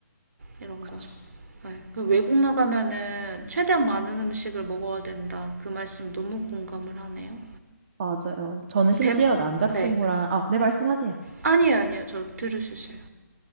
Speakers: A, on the right (about 60°); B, on the right (about 40°).
A: 이런
B: 그쵸.
A: 거. 네. 그 외국 나가면은 최대한 많은 음식을 먹어야 된다. 그 말씀 너무 공감을 하네요.
B: 맞아요. 저는 심지어
A: 대,
B: 남자친구랑,
A: 네.
B: 아, 네, 말씀하세요.
A: 아니에요, 아니에요. 저 들을 수 있어요.